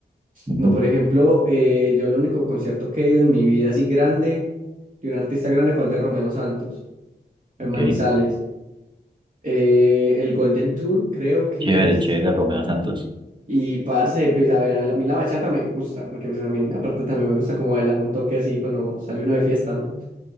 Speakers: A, on the right (about 25°); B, on the right (about 50°).
A: Ujú,
B: No, por ejemplo, eh, yo el único concierto que he ido en mi vida así grande de un artista grande fue el de Romeo Santos, en
A: ok.
B: Manizales. Eh, el Golden Tour creo que
A: Chévere,
B: es.
A: chévere, Romeo Santos.
B: Y parce, pues a ver, a la- a mí la bachata me gusta, porque pues a mí aparte también me gusta como bailar un toque así cuando sale uno de fiesta, ¿no?